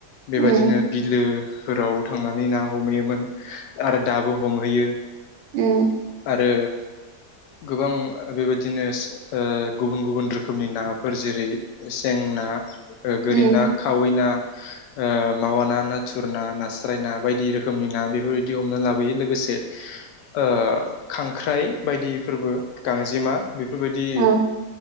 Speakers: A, on the left; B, on the right.
A: बेबायदिनो
B: उम
A: बिलो फोराव थांनानै ना हमहैयोमोन आरो दाबो हमहैयो।
B: उम
A: आरो गोबां बेबायदिनो ओ गुबुन गुबुन रोखोमनि नाफोर जेरै सें ना ओ गोरि
B: उम
A: ना खावै ना ओ मावा ना नाथुर ना नास्राय ना बायदि रोखोम <unintelligible> खोमनि ना बेफोरबायदि हमना लाबोयो लो गोसो ओ ओ खांख्राइ बायदिफोरबो गांजेमा बेफोरबायदि
B: औ